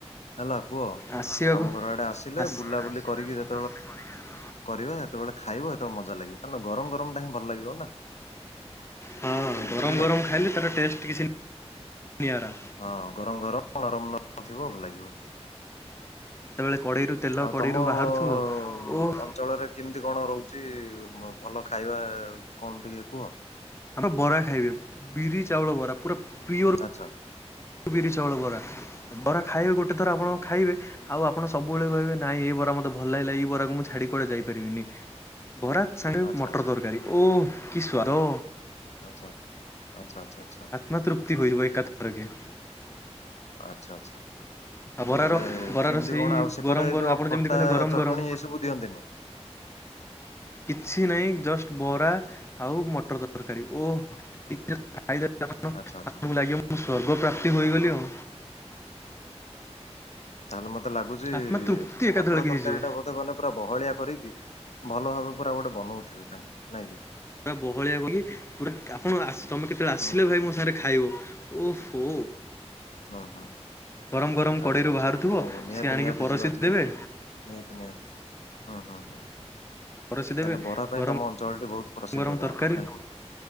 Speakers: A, on the left (about 80°); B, on the left (about 25°).
A: ହେଲା ପୁଅ।
B: ଆସିବାକୁ
A: ଆମ ଘର ଆଡେ ଆସିଲେ
B: ଆସ
A: ବୁଲାବୁଲି କରିକି ଯେ
B: <unintelligible>
A: କରିବା ହେତବେଳେ ଖାଇବ ହଜତବେଳେ ମଜା ଲାଗିବ କାରଣ ଗରମ୍ ଗରମ୍ ଟା ହିଁ ଭଲ ଲାଗିବ ନା
B: ହଁ
A: ଠିକ
B: ଗରମ୍
A: ବୁଝିଲ
B: ଗରମ୍
A: ନା
B: ଖାଇଲେ ତାର ଟେଷ୍ଟ ଟିକେ ସେମିତି ନିଆରା।
A: ହଁ ଗରମ୍ ଗରମ୍ ନରମ ନରମ ଥିବ ଭଲ ଲାଗିବ।
B: ଯେତେବେଳେ କଡ଼େଇରୁ ତେଲ
A: ଆଉ ତମ
B: କଡ଼େଇରୁ ବାହାରୁଥିବ
A: ଅ
B: ଓଃ
A: ଅଞ୍ଚଳରେ କେମିତି କଣ ରହୁଛି ଭଲ ଖାଇବା କଣ ଟିକେ କୁହ?
B: <unintelligible> ବରା ଖାଇବେ ବିରି, ଚାଉଳ ବରା ପୁରା ପିଓର
A: ଆଚ୍ଛା।
B: ବିରି, ଚାଉଳ ବରା ବରା ଖାଇବେ ଗୋଟେ ଥର ଆପଣ ଖାଇବେ ଆଉ ଆପଣ ସବୁବେଳେ କଇବେ ନାଇଁ ଏଇ ବରା ମତେ ଭଲ ଲାଗିଲା ଏଇ ବରାକୁ ମୁଁ ଛାଡି କୁଆଡେ ଯାଇପାରିବିନି। ବରା ସାଙ୍ଗେ
A: ଆଚ୍ଛା
B: ମଟର
A: ଆଚ୍ଛା
B: ତରକାରୀ ଓ କି ସ୍ବାଦ।
A: ଆଚ୍ଛା, ଆଚ୍ଛା, ଆଚ୍ଛା, ଆଚ୍ଛା।
B: ମନ ତୃପ୍ତି ହୋଇଯବ ଏକାଥରକେ।
A: ଆଚ୍ଛା, ଆଚ୍ଛା।
B: ଆଉ ବରାର
A: ହେଲେ
B: ବରାର
A: କେମିତି
B: ସେଇ
A: କଣ ଆଉ ସେପଟେ
B: ଗରମ
A: ଏ
B: ଗରମ
A: ଯୋଉ
B: ଆପଣ
A: ଖଟା
B: ଯେମିତି କହିଲେ ଗରମ
A: ଚଟଣି
B: ଗରମ
A: ଏସବୁ ଦିଅନ୍ତିନି?
B: କିଛି ନାଇଁ ଜଷ୍ଟ ବରା ଆଉ ମଟର ତରକାରୀ ଓ <unintelligible>
A: ଆଚ୍ଛା ଆଚ୍ଛା
B: ଲାଗିବ ମୁଁ ସ୍ଵର୍ଗ ପ୍ରାପ୍ତି ହୋଇଗଲି ଆଉ।
A: ତାହେଲେ ମତେ ଲାଗୁଚି
B: ଆତ୍ମା ତୃପ୍ତି ଏକାଥରକେ
A: ମଟର ତରକାରୀ
B: ହେଇଯିବ।
A: ଟା ବୋଧେ ମାନେ ପୁରା ବହଳିଆ କରିକି ଭଲ ଭାବେ ପୁରା ଗୋଟେ ବନଉଥିବେ ତାଙ୍କେ ନାଇଁ କିି?
B: ପୁରା ବହଳିଆ ବୋଲି ପୁରା କା ଆପଣ ଆସ ତମେ କେତେବେଳେ ଆସିଲେ
A: ହୁଁ ହୁଁ
B: ଭାଇ ମୋ ସାଙ୍ଗରେ ଖାଇବ। ଓହୋ।
A: ହୁଁ ହୁଁ
B: ଗରମ୍ ଗରମ୍ କଡେଇରୁ
A: ଆଚ୍ଛା ଆଚ୍ଛା
B: ବାହାରୁଥିବ
A: ହଉ ହଉ ନିହାତି
B: ସିଏ ଆଣିକି
A: ନିହାତି
B: ପରସି
A: ଯିବା ଯିବା
B: ଦେବେ।
A: ନିହାତି ନିହାତି ହୁଁ ହୁଁ ହୁଁ।
B: ପରସି ଦେବେ
A: ତାଲେ ବରା ପାଇଁ
B: ଗରମ
A: ତମ ଅଞ୍ଚଳ ଟି ବହୁତ୍ ପ୍ରସିଦ୍ଧ
B: ଗରମ ତରକାରୀ
A: ତାହେଲେ ନାଇଁ କି?